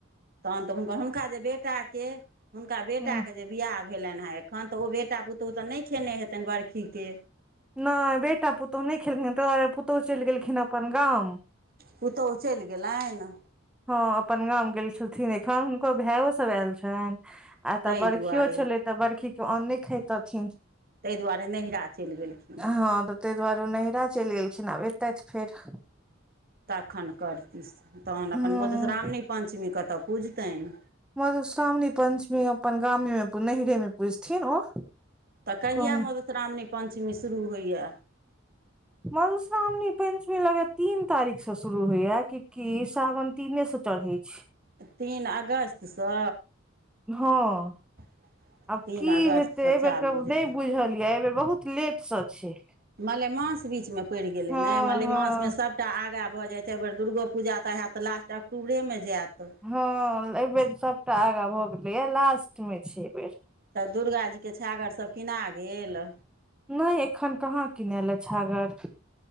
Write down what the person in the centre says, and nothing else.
ह
नहि बेटा पुतहु नहि खेलखिन त दुआरे पुतहु चलि गेलखिन आ अपन गाव
ह अपन गाम गेल छलन एखन हुनकर भायो सभ आयल छनि आ
तऽ बखीयो
छलै तऽ बड़खी के अन नहि खेथिन
ह ताहि दुआरे ओ नैरा चलि गेलखिन आब एतै तऽ फेर
ह
मधुश्रावणी पंचमेी अपन गामे मे नैरे मे पुजथिन ओ
कहन
मधुश्रावणी पंचमी लगे तीन तारीख से शुरू होइया कि सावन तीनेसँ चढ़इ छै।
ह
आब की
हेतै एहि
बेरके
नहि बुझल यऽ एहिबेर बहुत लेटसँ छै
हँ
हँ
हँ एहिबेर सभटा आगा भऽ गेलैय लास्टमे छै एहि बेर
नहि एखन कहाँ किनले छागर।